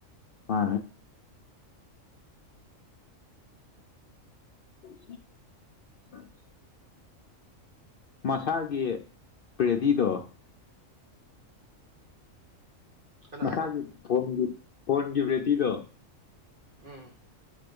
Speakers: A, on the left; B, on the right.
A: ꯍ ꯎꯝ ꯎꯝ ꯃꯁꯥꯒꯤ ꯄ꯭ꯔꯦꯗꯤꯗꯣ
B: ꯀꯅꯥ
A: ꯃꯁꯥꯒꯤ
B: ꯍꯥꯏꯅꯣ
A: ꯐꯣꯟ ꯐꯣꯟꯒꯤ ꯕꯦꯇꯤꯗꯣ
B: ꯎꯝ